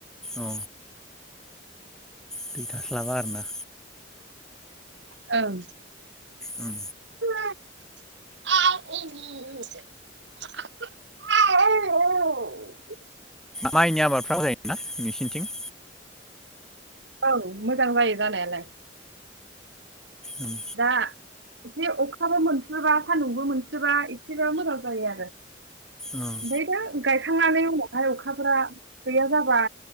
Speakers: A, in the centre; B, on the right (about 65°).
A: औ दै थास्लाबा आरोना
B: <inaudible> ओं
A: ओं
B: <unintelligible>
A: माइनि आबादफ्राबो जायोना नोंसिनिथिं?
B: औ मोजां जायो जानायालाय।
A: ओं
B: दा एसे अखाबो मोनस्रोबा सान्दुंबो मोनसोबा एसेबाबो मोजां जायो आरो
A: ओं
B: ओमफाय दा गायखांनानै उनावहाय अखा खाफोरा गैया जाबा